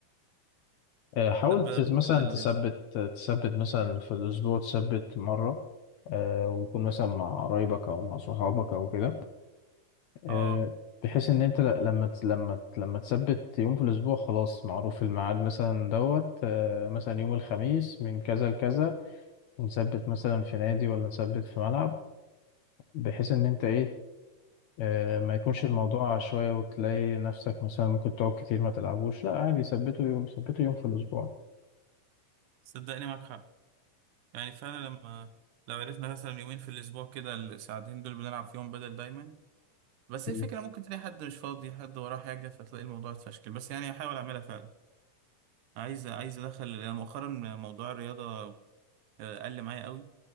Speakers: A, on the left; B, on the right.
A: آه، حاول
B: طب
A: تس-
B: غير
A: مثلا
B: ال-
A: تثبت تثبت مثلا في الأسبوع تثبت مرة آه، ويكون مثلا مع قرايبك أو مع صحابك أو كده
B: <laughs>
A: آه،
B: اه
A: بحيث إن أنت ل- لما تس- لما ت- لما تثبت يوم في الأسبوع خلاص معروف الميعاد مثلا دوت آه، مثلا يوم الخميس من كذا لكذا نثبت مثلا في نادي ولا نثبت في ملعب بحيث إن أنت إيه آه، ما يكونش الموضوع
B: آه.
A: عشوائي وتلاقي نفسك مثلا ممكن تقعد كتير ما تلعبوش لا عادي ثبته يوم ثبته يوم في الأسبوع
B: صدقني معاك حق يعني فعلا لما لو عرفنا مثلا يومين في الاسبوع كده الساعتين دول بنلعب فيهم بدل دايما بس
A: مم.
B: هي الفكره ممكن تلاقي حد مش فاضي حد وراه حاجه فتلاقي الموضوع اتفشكل بس يعني هحاول اعملها فعلا عايز عايز ادخل لأن مؤخرا موضوع الرياضه آه، قل معايا قوي